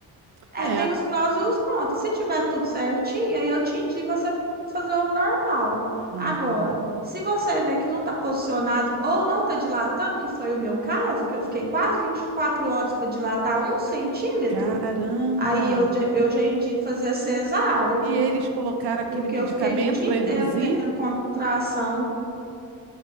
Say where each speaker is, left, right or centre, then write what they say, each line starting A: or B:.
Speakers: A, on the right; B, on the right.
A: é,
B: É.
A: tem
B: a-
A: os prós e os contras. Se tiver tudo certinho, aí eu te indico você fazer o normal.
B: Hum,
A: Agora, se você vê que não está posicionado ou não está dilatando, que foi o meu caso, que eu fiquei quase 24 horas para dilatar um centímetro,
B: caramba!
A: Aí eu, já- eu já indico fazer a cesárea,
B: E eles colocaram aquele
A: porque
B: medicamento
A: eu fiquei um dia
B: para
A: inteiro
B: induzir?
A: tendo contração.